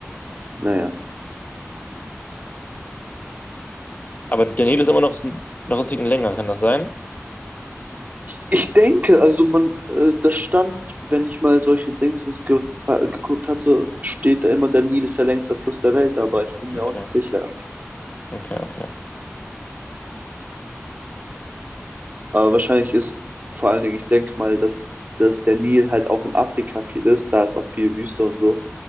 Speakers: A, on the right (about 35°); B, on the left (about 35°).
A: naja.
B: Aber der Nil ist immer noch, noch einen Ticken länger, kann das sein?
A: Ich denke, also man, äh, das stand, wenn ich mal solche Dingsens gefra- geguckt hatte, steht da immer, der Nil ist der längste Fluss der Welt, aber ich bin mir
B: Okay,
A: auch nicht sicher.
B: okay, okay.
A: Aber wahrscheinlich ist vor allen Dingen, ich denke mal, dass, dass der Nil halt auch in Afrika viel ist. Da ist auch viel Wüste und so.